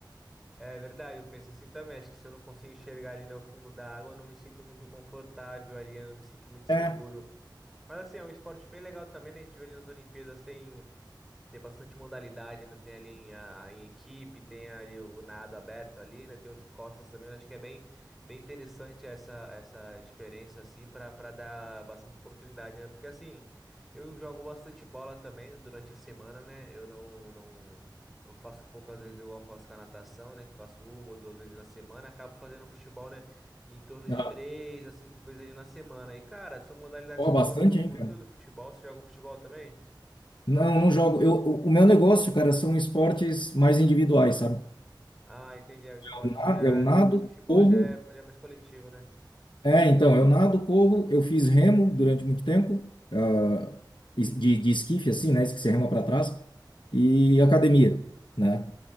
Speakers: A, in the centre; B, on the left (about 75°).
A: É verdade, eu penso assim também. Acho que se eu não consigo enxergar ali no fundo da água, eu não me sinto muito confortável ali, eu não me sinto muito seguro.
B: É.
A: Mas assim, é um esporte bem legal também, né? A gente vê ali nas Olimpíadas, tem. Tem bastante modalidade, né? Tem ali em, a, em equipe, tem ali o nado aberto ali, né? Tem o de costas também. Eu acho que é bem, bem interessante essa, essa diferença, assim, para para dar bastante oportunidade, né? Porque, assim, eu jogo bastante bola também durante a semana, né? Eu não, não, não faço poucas vezes igual eu faço com a natação, né? Que faço uma ou duas vezes na semana. Acabo fazendo futebol, né? de Em torno de
B: Ah,
A: três a cinco vezes ali na semana. E, cara, são modalidades
B: ó,
A: que
B: bastante,
A: eu gosto muito
B: hein, cara.
A: do futebol. Você joga um futebol também?
B: Não, não jogo. Eu, o o meu negócio, cara, são esportes mais individuais, sabe?
A: Ah, entendi. É, o esporte
B: Eu, na-
A: já
B: eu nado,
A: é do futebol
B: corro.
A: já é, já é mais coletivo, né?
B: É, então, eu nado, corro. Eu fiz remo durante muito tempo, ah, es- de, de esquife, assim, né? Que você rema para trás. E academia, né?